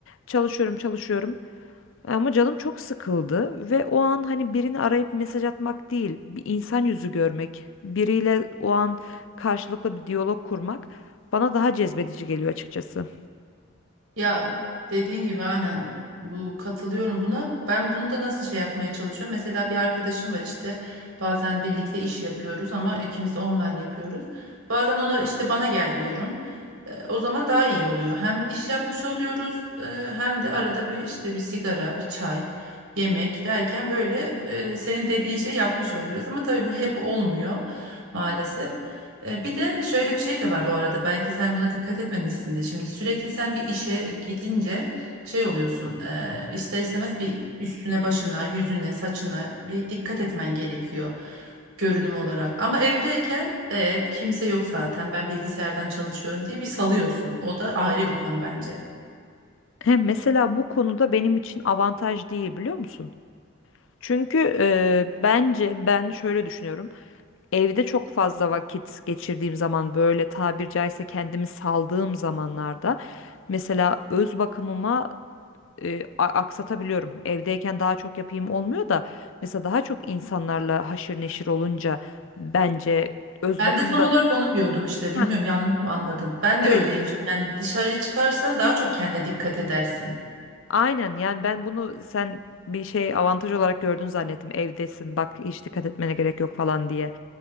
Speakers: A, on the left; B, on the right.
A: çalışıyorum çalışıyorum ama canım çok sıkıldı ve o an hani birini arayıp mesaj atmak değil, bir insan yüzü görmek, biriyle o an karşılıklı bir diyalog kurmak bana daha cezbedici geliyor açıkçası.
B: Ya dediğin gibi aynen bu katılıyorum buna. Ben bunu da nasıl şey yapmaya çalışıyorum? Mesela bir arkadaşım var işte bazen birlikte iş yapıyoruz ama ikimiz de online yapıyoruz. Bazen ona işte bana gel diyorum. E, O zaman daha iyi oluyor. Hem iş yapmış oluyoruz e, hem de arada bir işte bir sigara, bir çay, yemek derken böyle e, senin dediğin şeyi yapmış oluyoruz. Ama tabii bu hep olmuyor maalesef. E, Bir de şöyle bir şey de var bu arada belki sen buna dikkat etmemişsin de Şimdi sürekli sen bir işe gidince şey oluyorsun e, ister istemez bir üstüne başına yüzüne saçına bir dikkat etmen gerekiyor görünüm olarak. Ama evdeyken evet kimse yok zaten ben bilgisayardan çalışıyorum diye bir salıyorsun o da ayrı bir konu bence.
A: Hem mesela bu konuda benim için avantaj değil biliyor musun? Çünkü e, bence ben şöyle düşünüyorum. Evde çok fazla vakit geçirdiğim zaman böyle tabir caizse kendimi saldığım zamanlarda mesela öz bakımıma e, a- aksatabiliyorum. Evdeyken daha çok yapayım olmuyor da mesela daha çok insanlarla haşır neşir olunca bence öz
B: Ben
A: bakımı
B: de tam
A: da
B: olarak onu diyordum işte
A: ha
B: bilmiyorum yanlış mı anladın? Ben
A: evet
B: de öyleymiş yani dışarıya çıkarsan daha çok kendine dikkat edersin.
A: aynen yani ben bunu sen bir şey avantaj olarak gördün zannettim. Evdesin bak hiç dikkat etmene gerek yok falan diye.